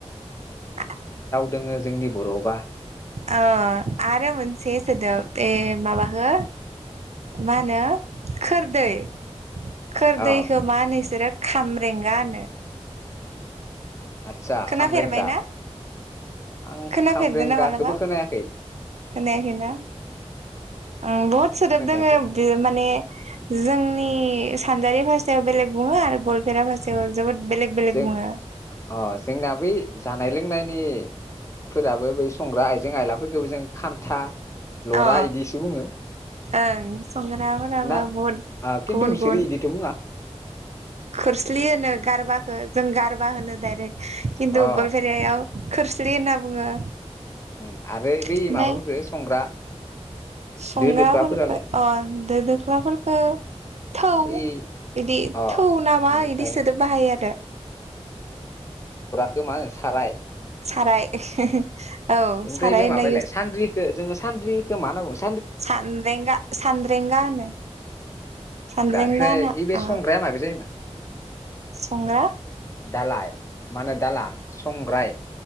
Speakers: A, on the right; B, on the left.
A: आ।
B: दोंङो जोंनि बर आवबा।
A: अ आरो मोनसे सोदोब ए माब हो। मा होनो खोरदै। खोरदैै
B: अ
A: खो मा होनो‌ इसोरो। खामरेंगा होनो।
B: आदसा
A: खोनाफेरबायना
B: खामब्रेंगा आं
A: खोनाफेरदों
B: खामब्रेंगाखौबो
A: ना मालाबा
B: खोनायाखै
A: खोनायाखैना उम बहुद सोदोब
B: खोनायाखै
A: दोंङो बेयो माने जोंनि। ए सानजारि भारसायाव बेलेग बुंङो आरो गलपेरा भारसायाव। जोबोद बेलेग-बेलग
B: जों
A: बुंङो।
B: अ जोंना बै जानाय लोंनायनिफोराबो बै संग्रा आइजें आयलाफोरखौबो जों खान्था। लरा
A: अ
B: इदिसो बुङो
A: ओं संग्रा फोराबो
B: ना
A: बहुद
B: आ खिन्थु
A: गुबुन-गुबुन
B: बिसोरो इदिथ' बुङा
A: खोरस्लि होनो गारबाखो। जों गारबा होनो डाइरेक्ट। खिनटु
B: अ
A: गलफैरियाआव। खोरस्लि होनना बुङो।
B: उम आरो बै
A: ओमफ्राय
B: माबाफोरखो संग्रा।
A: संग्राफोरखो
B: दो दोख्लाफोरालाय
A: अ दो दोख्लाफोरखो थौ
B: ओइ
A: बिदि
B: अ
A: थौ नामा
B: बेनिफ्राय
A: इदि सोदोब बाहायो आरो।
B: इखो मा होनो साराय।
A: साराय। औ
B: ओमफ्राय
A: साराय
B: बे
A: होनना
B: माबायालाय सानद्रिखो जोङो सानद्रि। मा होना बुंङो।
A: सानद्रेंगा-सान्द्रेंगा होनो सान्द्रेंगा
B: ओमफ्राय
A: होना
B: ओइ बे
A: अ
B: संग्राया माबे जायोमोन
A: संग्रा।
B: दालाय। मा होनो दाला संग्राय।